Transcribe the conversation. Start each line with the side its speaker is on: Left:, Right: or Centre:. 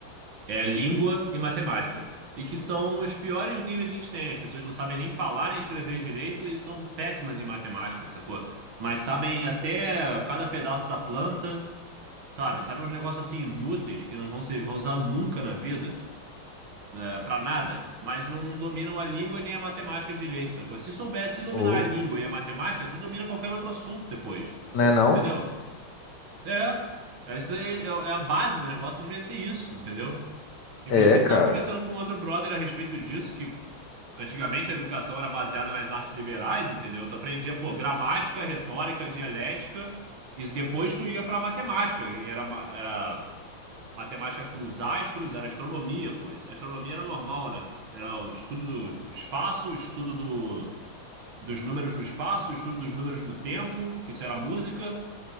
Right: É língua e matemática. E que são os piores níveis que a gente tem. As pessoas não sabem nem falar nem escrever direito e são péssimas em matemática, sacou? Mas sabem até cada pedaço da planta, sabe? Sabem uns negócios assim inúteis que não vão ser vão usar nunca na vida, né, pra nada. Mas não dominam a língua e nem a matemática direito, sacou? Se soubesse dominar
Left: ou,
Right: a língua e a matemática, tu domina qualquer outro assunto depois,
Left: né, não?
Right: entendeu? É. é Isso aí é é a base do negócio, devia ser isso, entendeu? Inclusive,
Left: É, cara.
Right: estava conversando com outro brother a respeito disso, que antigamente a educação era baseada nas artes liberais, entendeu? Tu aprendia, pô, gramática, retórica, dialética, e depois tu ia pra matemática. E era, ma- era matemática com os astros, era astronomia, pô. Isso- Astronomia era normal, né? Era o estudo do espaço, o estudo do, dos números no espaço, o estudo dos números no tempo, que isso era música,